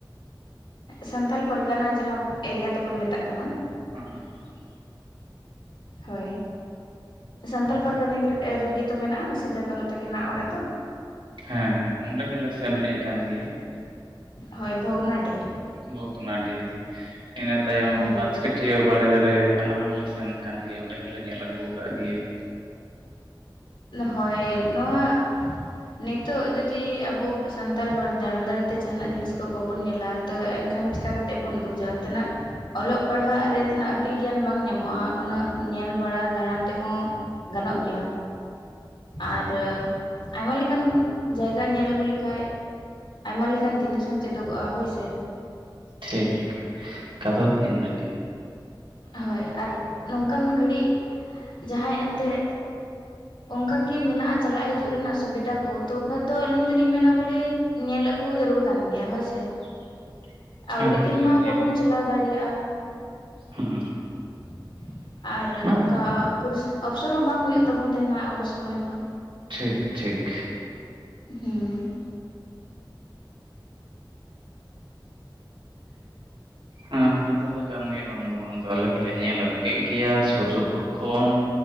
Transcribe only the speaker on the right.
ᱦᱚᱸ ᱦᱚᱸ ᱦᱚᱸ ᱾
ᱦᱮᱸ
ᱦᱮᱸ ᱦᱮᱸ ᱚᱸᱰᱮ ᱦᱚᱞᱮ ᱥᱮᱱ ᱦᱮᱡ ᱟᱠᱟᱱ ᱜᱮᱭᱟ ᱾
ᱵᱷᱚᱜᱽᱱᱟᱰᱤ ᱤᱱᱟᱹ ᱛᱟᱭᱚᱢ
ᱯᱟᱸᱪ ᱠᱟᱹᱴᱭᱤᱭᱟᱹ ᱵᱟᱲᱮ ᱫᱟᱨᱮ ᱚᱱᱟ ᱦᱚᱸᱞᱮ ᱥᱮᱱ ᱠᱟᱱ ᱜᱮᱭᱟ ᱚᱸᱰᱮ ᱦᱚᱞᱮ ᱧᱮᱞ ᱟᱹᱜᱩ ᱟᱠᱟᱜ ᱜᱮᱭᱟ ᱾
ᱴᱷᱤᱠ ᱠᱟᱛᱷᱟ ᱫᱚ ᱤᱱᱟᱹ ᱜᱮ ᱾
<inaudible>
ᱮᱠᱵᱟᱨᱮ
ᱧᱮᱞ
ᱦᱮᱸ
ᱵᱟᱝ
ᱴᱷᱤᱠ ᱴᱷᱤᱠ
ᱦᱩᱸ ᱠᱟᱛᱷᱟ ᱫᱚ ᱠᱟᱱ ᱜᱮᱭᱟ ᱵᱟᱝ ᱫᱚ ᱵᱟᱝ ᱛᱚ ᱟᱞᱮ ᱦᱚᱸᱞᱮ ᱧᱮᱞ ᱟᱹᱜᱩ ᱠᱮᱜ ᱜᱮᱭᱟ ᱥᱩᱨ ᱥᱩᱯᱩᱨ ᱠᱷᱚᱱ,